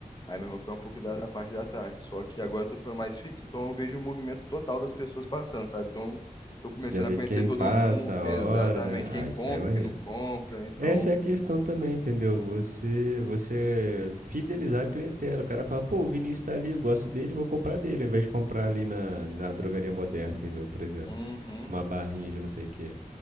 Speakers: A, on the left; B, on the right.
A: Aí mesmo eu vou ficar um pouco da, na parte da tarde. Só que agora eu tô ficando mais fixo, então eu vejo o movimento total das pessoas passando, sabe? Então tô começando
B: Já vê
A: a Tem conhecer
B: quem
A: que todo
B: passa,
A: estar mundo,
B: a
A: total.
B: hora,
A: exatamente.
B: né?
A: né?
B: Ah,
A: Quem compra,
B: isso aí é maneiro.
A: quem não compra, então.
B: Essa é a questão também, entendeu? Você, você fidelizar a clientela. O cara fala, pô, o Vinícius tá ali, eu gosto dele, vou comprar dele. Ao invés de comprar ali na, na drogaria moderna, entendeu? Por exemplo,
A: Uhum.
B: uma barrinha de não sei o quê.